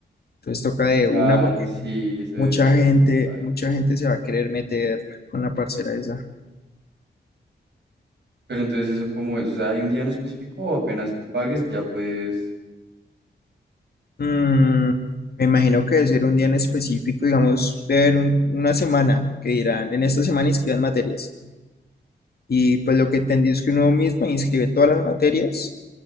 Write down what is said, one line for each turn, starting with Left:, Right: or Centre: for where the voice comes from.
Left: Entonces toca de
Right: Claro,
Left: una porque
Right: sí, eso debe
Left: mucha
Right: ser así,
Left: gente,
Right: paila.
Left: mucha gente se va a querer meter con la parcera esa.
Right: Pero entonces eso cómo es, o sea, hay un día en específico o apenas tú pagues, ya puedes
Left: Mm, me imagino que debe ser un día en específico, digamos, debe haber un- una semana que dirán, en esta semana inscriban materias. Y pues lo que entendí es que uno mismo inscribe todas las materias